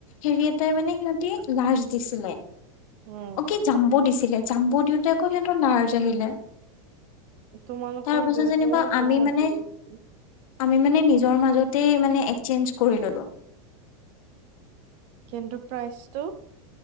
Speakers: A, on the left; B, on the right.
A: হেৰি এটাই মানে সিহতি লাৰ্জ দিছিলে।
B: উম
A: অ কি জাম্ব দিছিলে। জাম্ব দিওঁতে আকৌ সিহঁতৰ লাৰ্জ আহিলে।
B: তোমালোকৰ
A: তাৰ পিছত
B: দুইটাৰে।
A: যেনিবা
B: <unintelligible>
A: আমি মানে আমি মানে নিজৰ মাজতে মানে এক্সচেঞ্জ কৰি ল'লো।
B: কিন্তু প্ৰাইচটো।